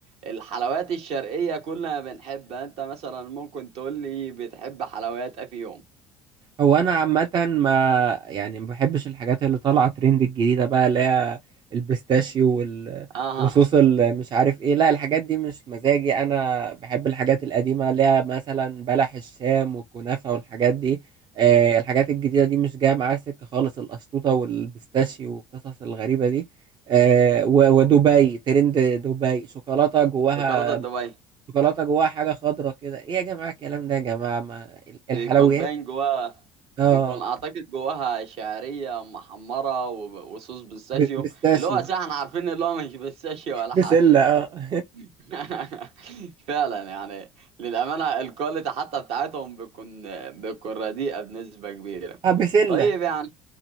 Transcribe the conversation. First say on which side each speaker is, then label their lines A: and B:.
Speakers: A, on the right; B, on the right.
A: الحلويات الشرقيه كلنا بنحبها انت مثلا ممكن تقول لي بتحب حلويات أه في يوم
B: هو انا عامه ما يعني ما بحبش الحاجات اللي طالعه ترند الجديده بقى اللي هي البيستاشيو وال...
A: اها
B: وصوص ال- مش عارف ايه لا الحاجات دي مش مزاجي انا بحب الحاجات القديمه اللي هي مثلا بلح الشام والكنافه والحاجات دي آه الحاجات الجديده دي مش جايه معايا سكه خالص الاسطوطه والبيستاشيو والقصص الغريبه دي آه و... ودبي ترند دبي شوكولاته جواها
A: شوكولاته دبي
B: شوكولاته جواها حاجه خضراء كده ايه يا جماعه الكلام ده يا جماعه ما
A: بيكون
B: الحلويات
A: باين جواها
B: اه
A: بيكون اعتقد جواها شعريه محمره و- وصوص بيستاشيو
B: ب... بيستاشيو
A: اللي هو صح احنا عارفين اللي هو مش بيستاشيو ولا
B: بسلة
A: حاجه
B: اه
A: <laughs> فعلا يعني للامانه الكواليتي حتى بتاعتهم بيكون بيكون رديئه بنسبه كبيره
B: <laughs> اه بسلة
A: طيب يعني